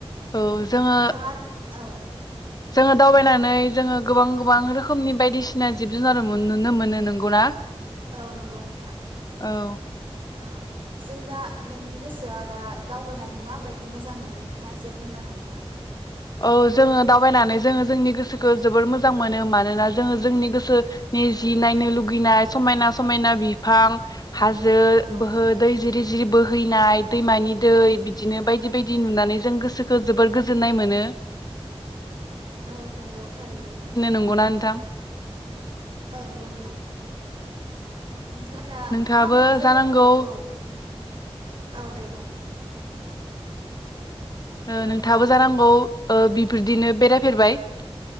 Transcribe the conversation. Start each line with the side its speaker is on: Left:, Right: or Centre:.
Left: औ जोङो
Right: नोंथाङा औ
Left: जोङो दावबायनानै जोङो गोबां गोबां रोखोमनि बायदिसिना जिब जुनार मोन नुनो मोनो नंगौना?
Right: औ नंगौ नोंथां।
Left: औ
Right: औ जों दा नोंनि गोसोआ दा दावबायनानै माबायदि मोजां मोनो नोंथाङा एसे बुंनो हागोन ना?
Left: औ जोङो दावबायनानै जोङो जोंनि गोसोखौ जोबोर मोजां मोनो मानोना जोङो जोंनि गोसोनि जि नायनो लुगैनाय समायना समायना बिफां हाजो
Right: औ
Left: बोहो दै जिरि जि बोहैनाय दैमानि दै बिदिनो बायदि बायदि नुनानै जों गोसोखौ जोबोर गोजोन्नाय मोनो। <inaudible>
Right: औ नंगौ थारैनो
Left: नंगौना नोंथां
Right: औ नंगौ नोंथां। नोंथाङा दा
Left: नोंथाङाबो
Right: मा मा जायगाखौ
Left: जानांगौ
Right: औ। अवदे बुंं।
Left: ओ नोंथाङाबो
Right: नोंथां
Left: जानांगौ ओ बिफोरदिनो बेरायफेरबाय।